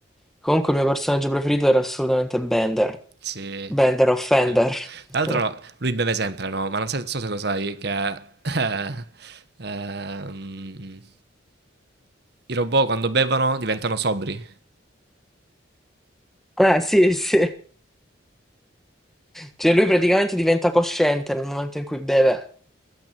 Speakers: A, in the centre; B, on the right (about 55°).
A: Comunque il mio personaggio preferito era assolutamente Bender.
B: Sì.
A: Bender o Fender.
B: Sì. Tra l'altro
A: <laughs>
B: lui beve sempre, no, ma non se so se lo sai che, eh, ehm, i robot quando bevono diventano sobri.
A: Eh sì, sì. Cioè lui praticamente diventa cosciente nel momento in cui beve.